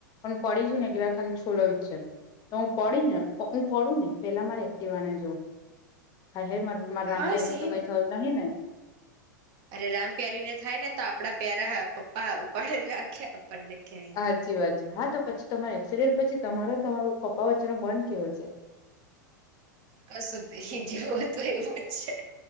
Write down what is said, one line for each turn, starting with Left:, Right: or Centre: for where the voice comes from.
Left: પણ પડીશું ને એટલી વાર ખાલી છોલાયુજ છે, તો હું પડી ને હું પડું ને પેલા મારે એક્ટવાને જોઉં, હાય હાય મારી રામપ્યારીને
Right: હા સેમ
Left: તો કઈ થયું નહી ને
Right: અરે રામ પ્યારીને થાય ને તો આપડા પ્યારા પપ્પા ઉપાડેને નાખ્યા. આપણે ક્યાંય
Left: હાચી વાત હા, તો પછી તમારે એક્સિડેન્ટ પછી તમારો ને તમારો પપ્પા વચ્ચેનો બોન્ડ કેવો છે?
Right: કશુંજ નઈ, જેવું હતું એવુંજ છે.